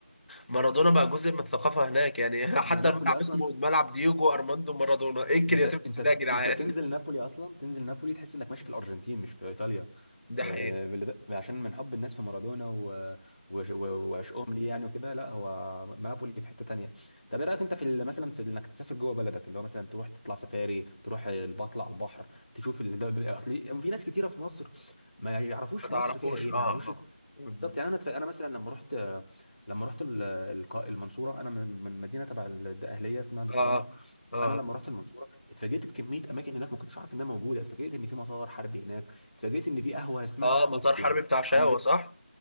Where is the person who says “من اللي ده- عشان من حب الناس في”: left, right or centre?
Left